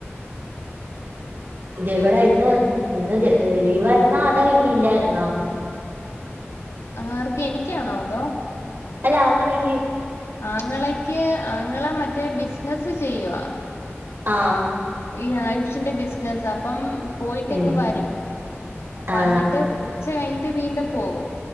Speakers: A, on the right; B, on the left.
A: ഇത് ഇവിടെ ഇന്ന് ഇന്ന്ത് ലീവായിരുന്നോ അതോ ഇന്ന് ഇല്ലായിരുന്നോ?
B: ആർക്ക്‌ എനിക്കാണോ അതോ
A: അല്ല ആങ്ങളേക്ക്?
B: ആങ്ങളേക്ക് ആങ്ങള മറ്റേ ബിസിനസ് ചെയ്യുവാ
A: ആ
B: ഈ ആയുഷിന്റെ ബിസിനസ് അപ്പം പോയിട്ടിങ്ങ്
A: ഉം.
B: വരും വന്നിട്ട്
A: ആ
B: ഉച്ച കഴിഞ്ഞിട്ട് വീണ്ടും പോകും.